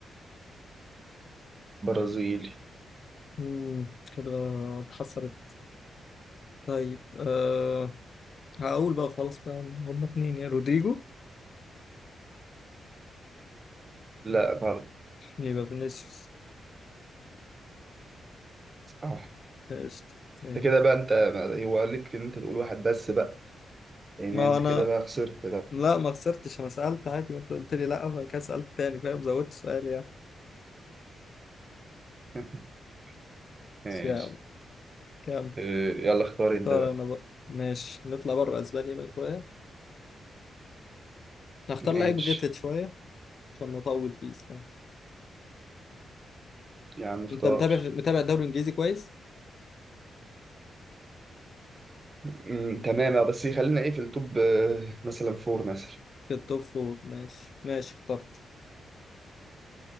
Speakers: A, on the right; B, on the left.
A: برازيلي
B: مم. كده اتحسرت طيب أه هقول بقى خلاص بقى إن هما اتنين يا رودريجو
A: لا غلط
B: يبقى فينيسيوس
A: صح
B: قشطة أيوة.
A: انت كده بقى انت هو ليك ان انت تقول واحد بس بقى لان
B: ما
A: انت
B: أنا
A: كده بقى خسرت بقى
B: لا ما خسرتش أنا سألت عادي ما أنت قلت لي لا وبعد كده سألت تاني فاهم زودت سؤال يعني
A: <laughs> ماشي
B: بس يا عم كام
A: آه، يلا اختار انت
B: اختار
A: بقى
B: أنا بقى ماشي نطلع بره أسبانيا بقى شوية نختار
A: ماشي
B: لعيب غتت شوية عشان نطول فيه استنى
A: يا عم اختار
B: أنت متابع متابع الدوري الإنجليزي كويس؟
A: مم، تمام آه، بس خلينا ايه في التوب آه، مثلا فور مثلا
B: في التوب فور ماشي ماشي اخترت